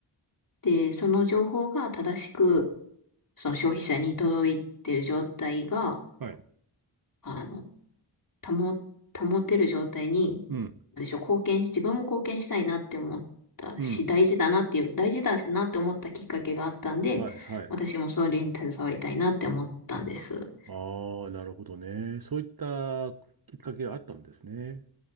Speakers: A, on the left; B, on the right.
A: で、その情報が正しく、その消費者に届いてる状態が、
B: はい、
A: あの、保、保てる状態に、
B: うん、
A: なんでしょう、貢献し、自分も貢献したいなって思ったし、
B: うん、
A: 大事だなっていう、大事だなって思ったきっかけがあったんで、
B: はい、はい。
A: 私もそれに携わりたいなって思ったんです。
B: ああ、なるほどね。そういったきっかけがあったんですね。